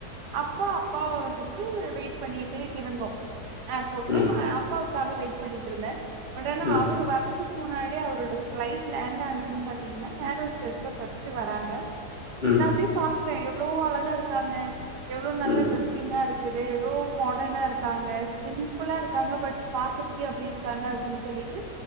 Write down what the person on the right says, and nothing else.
அப்போ அப்பாவ வந்துட ட்டு வெயிட் பண்ணிட்டு இருந்தோ ஏர்போர்ட்ல
நா அப்பாவ் க்காக வெயிட் பண்ணிட்டு இருந்தே பட் ஆனா
அவரு வரந்து க்கு முன்னாடி அவரோட ஃப்ளைட் லேண்ட் ஆனதும் பாத்தீங்கன்னா ஏரோஸ்டஸ்தா ஃபஸ்ட்டு வராங்க
நா
அப்டியே பாத் க்றே எவ்ளோ அழகா இருக்காங்க எவ்ளோ நல்ல
டிரெஸிங்கா இருக் குது எவ்ளோ மாடனா இருக்காங்க சிம்ப்புலா இருக்காங்க பட் பாக்கற்க்கே அப்டி இருக்காங்க அப்டின் சொல்ட்டு